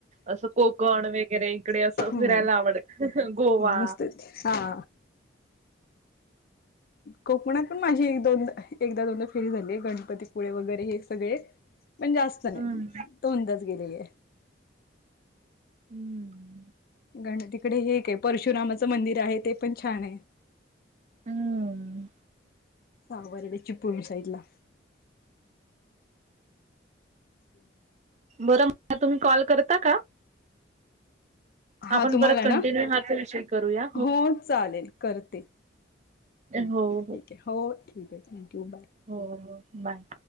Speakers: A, on the right; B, on the left.
A: असं कोकण वगैरे इकडे असं
B: हम्म
A: फिरायला आवड गोवा
B: नुसतेच हा.
A: <unintelligible>
B: कोकणात पण माझी एक दोनदा, एकदा दोनदा फेरी झालीय गणपतीपुळे वगैरे हे सगळे
A: <inaudible>
B: पण जास्त नाही,
A: हम्म
B: दोनदा गेलेली आहे.
A: हम्म
B: गण, तिकडे हे एक परशुरामाचं मंदिर आहे ते पण छान ये.
A: हम्म.
B: सावर्डे चिपळूण साईडला <unintelligible>
A: बरं म तुम्ही कॉल करता का?
B: हा
A: आपण
B: तुम्हाला
A: परत कंटिन्यू
B: ना?
A: हाच विषय करूया
B: हो चालेल करते.
A: हो.
B: ठीकये हो ठीक ये थँक्यू बाय
A: हो हो बाय.